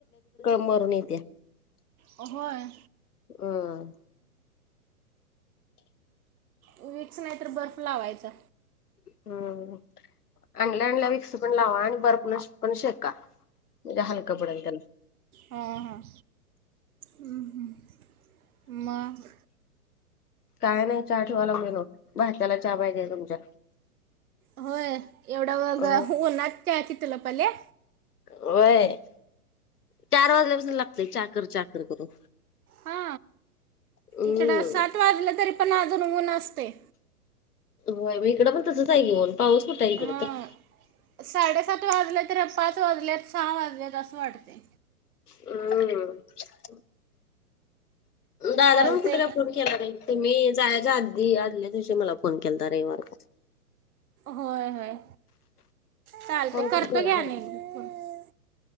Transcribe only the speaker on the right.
अ होय.
वीक्स नाही तर बर्फ लावायचा.
हम्म हम्म ह मग.
होय एवढा मग
ऊन्हात चहाची तल्लफ आलीय.
हा
इकड सात वाजलं तरी पण अजून ऊन असतेय.
हा
साडेसात वाजल्या तर पाच वाजल्यात सहा वाजल्यात असं वाटतेय.
चालतंय
की
होय होय चालत
करतो
घ्या
आणि. फोन